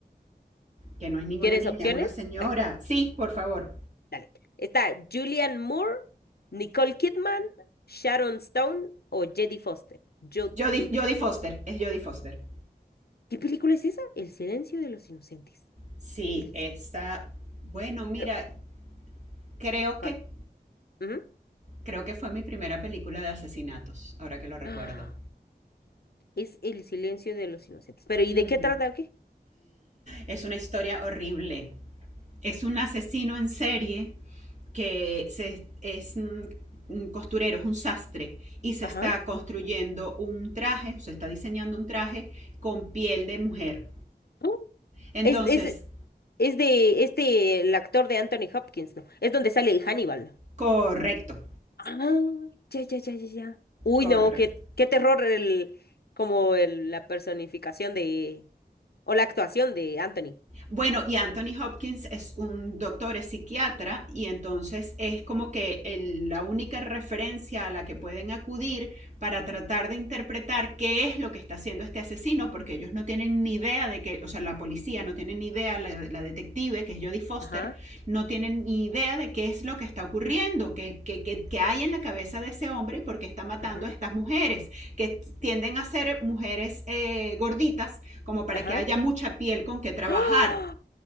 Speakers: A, on the right; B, on the left.
A: que no es ninguna
B: ¿Quieres
A: niña,
B: opciones?
A: es una señora. Sí, por favor.
B: Dale. Está Julianne Moore, Nicole Kidman, Sharon Stone o Jodie Foster. Yo,
A: Jodie,
B: Judy.
A: Jodie Foster, es Jodie Foster.
B: ¿Qué película es esa? El silencio de los inocentes.
A: Sí,
B: El...
A: esa...
B: si-
A: Bueno, mira,
B: pero,
A: Creo
B: cal-
A: que,
B: ujú.
A: creo que fue mi primera película de asesinatos, ahora que lo recuerdo.
B: Ah, es El silencio de los inocentes. Pero ¿y
A: Ujú.
B: de qué trata o qué?
A: Es una historia horrible. Es un asesino en serie que se, es un, un costurero, es un sastre, y se
B: Ajá.
A: está construyendo un traje, se está diseñando un traje con piel de mujer.
B: Ah,
A: Entonces,
B: Es, es, es de este, el actor de Anthony Hopkins, ¿no? Es donde sale Hannibal, ¿no?
A: correcto,
B: Ah, ya, ya, ya, ya, ya. Uy,
A: correcto.
B: no, qué, qué terror el, como el, la personificación de, o la actuación de Anthony.
A: Bueno, y Anthony Hopkins es un doctor, es psiquiatra, y entonces es como que el- la única referencia a la que pueden acudir para tratar de interpretar qué es lo que está haciendo este asesino, porque ellos no tienen ni idea de que, o sea, la policía no tiene ni idea, la, la detective, que es Jodie Foster,
B: Ajá,
A: no tienen ni idea de qué es lo que está ocurriendo, qué, que que qué hay en la cabeza de ese hombre y por qué está matando
B: ujú,
A: a estas mujeres, que tienden a ser mujeres eh, gorditas como para
B: ajá.
A: que haya mucha piel con que trabajar.
B: ¡Ah!